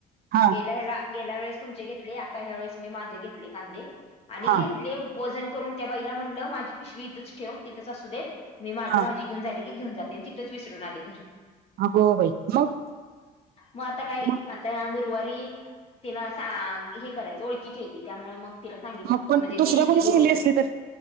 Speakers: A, on the right; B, on the left.
A: हा
B: गेल्या हेला गेल्या वेळेस तुमचे घेतले. आता ह्या वेळेस मी माझे घेतले कांदे आणि
A: हा
B: घेतले ले वजन करून त्या बाईला म्हटलं माझी पिशवी इथंच ठेव. तिथच असू देत, मी माझं
A: हा
B: भाजी घेऊन झाले की घेऊ जाते. तिथेच विसरून आले घरी.
A: आंग बाई. मग?
B: म आता काय
A: मग
B: आता ह्या गुरुवारी तिन सा हे करायचं ओळखीची हाय ती त्यामुळे मग तिला सांगितल
A: मग पण
B: म्हणजे
A: दुसऱ्या
B: दिल
A: कोणी
B: ती गुरुवारी.
A: गेली असली तर